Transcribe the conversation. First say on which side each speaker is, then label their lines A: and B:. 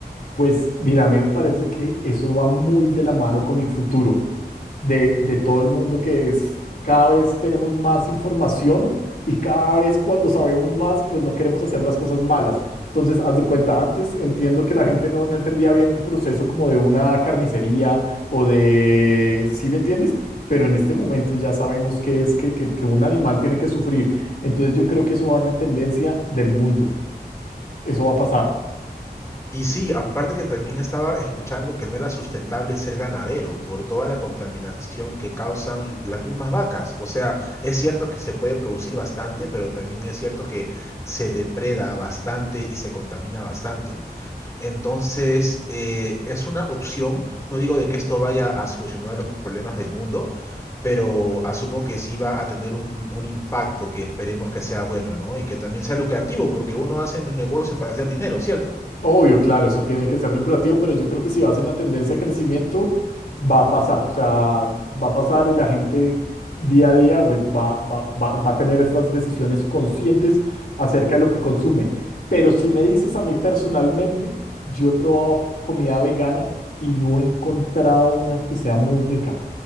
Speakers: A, on the left; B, on the left.
A: Pues mira, a mí me parece que eso va muy de la mano con el futuro. de, de todo el mundo que es, cada vez tenemos más información y cada vez cuando sabemos más, pues no queremos hacer las cosas malas. Entonces, haz de cuenta, antes entiendo que la gente no, no entendía bien el proceso como de una carnicería o de, ¿sí me entiendes? Pero en este momento ya sabemos que es que, que que un animal tiene que sufrir. Entonces yo creo que eso va en la tendencia del mundo. Eso va a pasar.
B: Y sí, aparte que también estaba escuchando que no era sustentable ser ganadero por toda la contaminación que causan las mismas vacas. O sea, es cierto que se puede producir bastante, pero también es cierto que se depreda bastante y se contamina bastante. Entonces, eh, es una opción. No digo de que esto vaya a solucionar los problemas del mundo, pero asumo que sí va a tener un, un impacto que esperemos que sea bueno, ¿no? Y que también sea lucrativo, porque uno hace negocio para hacer dinero, ¿cierto?
A: Obvio, claro, eso tiene que ser lucrativo, pero yo creo que si vas en la tendencia de crecimiento, va a pasar, o sea, va a pasar y la gente día a día pues, va, va, va, va a tener estas decisiones conscientes acerca de lo que consume. Pero si me dices a mí personalmente, yo he probado comida vegana y no he encontrado una que sea muy rica.